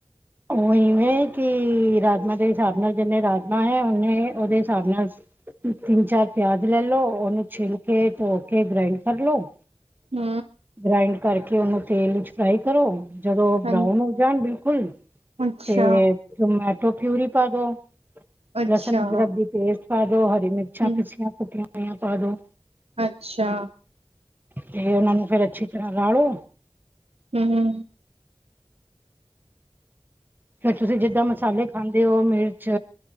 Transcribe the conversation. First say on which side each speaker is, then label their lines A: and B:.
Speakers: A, on the right; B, on the right.
A: ਉਹ ਇਵੇਂ ਕਿ ਰਾਜਮਾ ਦੇ ਹਿਸਾਬ ਨਾਲ ਜਿੰਨੇ ਰਾਜਮਾ ਹੈ ਉਹਨੇ ਉਹਦੇ ਹਿਸਾਬ ਨਾਲ ਤਿੰਨ ਚਾਰ ਪਿਆਜ ਲੈ ਲੋ ਉਹਨੂੰ ਛਿੱਲ ਕੇ ਧੋ ਕੇ ਗ੍ਰਾਇੰਡ ਕਰ ਲੋ,
B: ਹੂੰ,
A: ਗ੍ਰਇੰਡ ਕਰਕੇ ਉਹਨੂੰ ਤੇਲ ਵਿੱਚ ਫਰਾਈ ਕਰੋ। ਜਦੋਂ
B: ਹਾਂਜੀ
A: ਬਰਾਊਨ ਹੋ ਜਾਣ ਬਿਲਕੁਲ ਤੇ
B: ਅੱਛਾ
A: ਟਮੈਟੋ ਪਿਊਰੀ ਪਾ ਦੋ
B: ਅੱਛਾ
A: ਲਸਣ ਅਦਰਕ ਦੀ ਪੇਸਟ ਪਾ ਦੋ ਹਰੀ ਮਿਰਚਾਂ
B: ਹੂੰ
A: ਪਿੱਛੀਆਂ ਕੁੱਟੀਆਂ ਹੋਆਂ ਪਾ ਦੋ
B: ਅੱਛਾ,
A: ਤੇ ਉਹਨਾ ਨੂੰ ਫੇਰ ਅੱਛੀ ਤਰ੍ਹਾਂ ਗਾਲੋ,
B: ਹੂੰ-ਹੂੰ,
A: ਫਿਰ ਤੁਸੀਂ ਜਿੱਦਾਂ ਮਸਾਲੇ ਖਾਂਦੇ ਹੋ ਮਿਰਚ,